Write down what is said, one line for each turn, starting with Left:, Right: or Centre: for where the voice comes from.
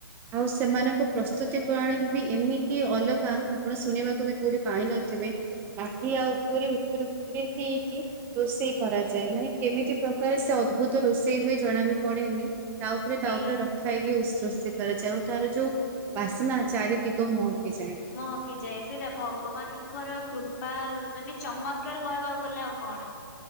Right: ଆଉ ସେମାନଙ୍କ ପ୍ରସ୍ତୁତି ପ୍ରଣାଳୀ ବି ଏମିତି ଅଲଗା ଆପଣ ଶୁଣିବାକୁ ବି କୋଉଠି ପାଇନଥିବେ। ମାଠିଆ ଉପରେ ଉପରେ ଉପରେ ହେଇଛି ରୋଷେଇ କରାଯାଏ
Left: ହୁଁ
Right: ମାନେ କେମିତି ପ୍ରକାର ସେ ଅଦ୍ଭୁତ ରୋଷେଇ ହୁଏ ଜଣା ବି ପଡେନି। ତା ଉପରେ
Left: ସେଇଆ
Right: ତା ଉପରେ ରଖା ହେଇକି ଉ ରୋଷେଇ କରାଯାଉ ତାର ଯୋଉ ବାସ୍ନା ଚାରି ଦିଗ ମୁଁହକି ଯାଏ।
Left: ମୁହକିଯାଏ ସେଇଟା ଭଗବାନଙ୍କର କୃପା ମାନେ ଚମତ୍କାର କହିବାକୁ ଗଲେ ଆଉ କଣ।